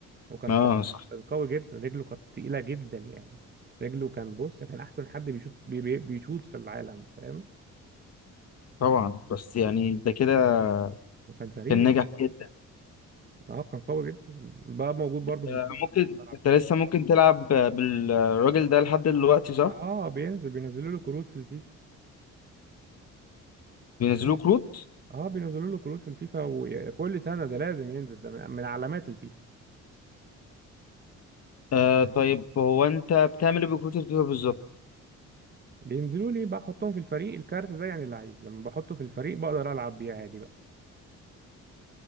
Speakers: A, on the right; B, on the left.
A: وكان
B: اه
A: قوي
B: صح
A: كان قوي جدا رجله كانت تقيله جدا يعني رجله كان بص كان احسن حد بيشوط بي بي بيشوط في العالم فاهم
B: طبعا بس يعني ده كده
A: وكان سريع
B: كان نجح جدا
A: اه كان قوي جدا بقى موجود برضه في
B: آه،
A: الفيفا
B: ممكن
A: اللي كنا بنلعب
B: انت
A: بيه
B: لسه ممكن تلعب بالراجل ده لحد دلوقتي صح
A: اه بينزل بينزلوا له كروت في الفيفا
B: بينزلوه كروت
A: اه بينزلوا له كروت في الفيفا وكل سنه ده لازم ينزل ده من من علامات الفيفا
B: آه طيب هو انت بتعمل ايه بكروت الفيفا بالظبط
A: بينزلوا لي بقى احطهم في الفريق الكارت ده يعني لعيب لما بحطه في الفريق بقدر العب بيه عادي بقى